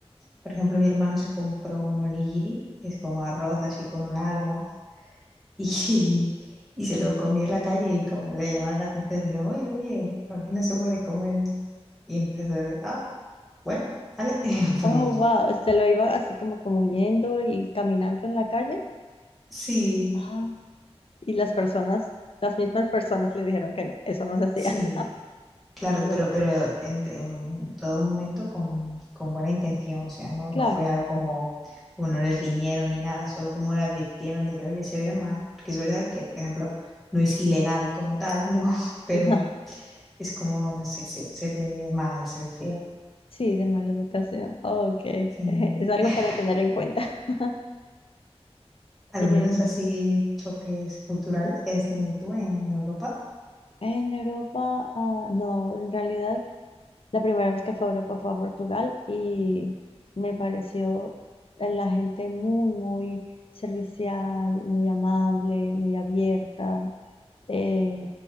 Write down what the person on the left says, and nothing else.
Oh, wow, se lo iba así como comiendo y caminando en la calle.
Ah. Y las personas, las mismas personas le dijeron que no, eso no se hacía.
<laughs>
Claro,
<laughs> no,
sí, de mala educación. Ok, <laughs>
es algo
para tener en cuenta. <laughs>
Eh,
en Europa, ah, no, en realidad, la primera vez que fue a Europa fue a Portugal y me pareció eh, la gente muy, muy servicial, muy amable, muy abierta. Eh,